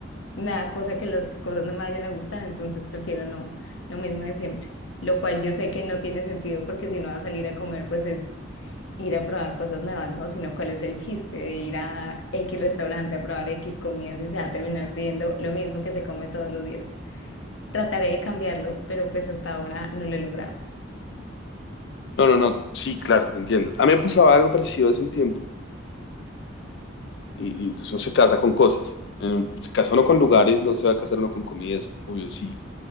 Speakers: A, on the left; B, on the left.
A: me da cosa que las cosas no me vayan a gustar, entonces prefiero no, lo mismo de siempre. Lo cual yo sé que no tiene sentido porque si no va a salir a comer, pues es ir a probar cosas nuevas, ¿no? Sino cuál es el chiste de ir a X restaurante a probar X comidas y se va a terminar pidiendo lo mismo que se come todos los días. Trataré de cambiarlo, pero pues hasta ahora no lo he logrado.
B: No, no, no, sí, claro, te entiendo. A mí me pasaba algo parecido hace un tiempo. Y, y entonces uno se casa con cosas. En- Se casa uno con lugares, no se va a casar uno con comidas, obvio sí.